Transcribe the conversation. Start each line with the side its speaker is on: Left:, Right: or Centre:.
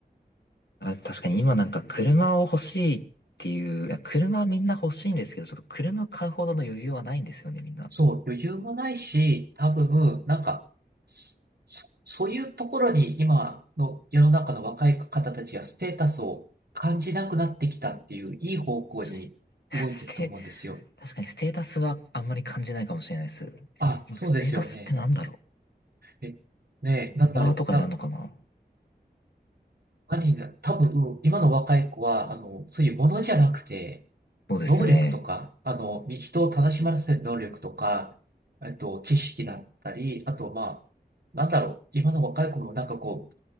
Left: あ、確かに今なんか車を欲しいっていう、いや車みんな欲しいんですけど、ちょっと車買うほどの余裕はないんですよね、みんな。
Right: そう、余裕もないし、多分、なんか、そ、そそういうところに今の世の中の若い方たちがステータスを感じなくなってきたっていういい方向に動いてると思うんですよ。
Left: 確かに。<laughs> ステ、確かにステータスはあんまり感じないかもしれないです。
Right: あ、
Left: 今ステータスってなんだろ
Right: そうですよね。え、ねえ、なんだろう。
Left: うフォロワーとかになるのかな
Right: な、何にな、多分、今の若い子は、あの、そういうものじゃなくて、
Left: そうですね。
Right: 能力とか、あの、み人を楽しませる能力とか、えっと、知識だったり、あと、まあ、なんだろう、今の若い子もなんかこう、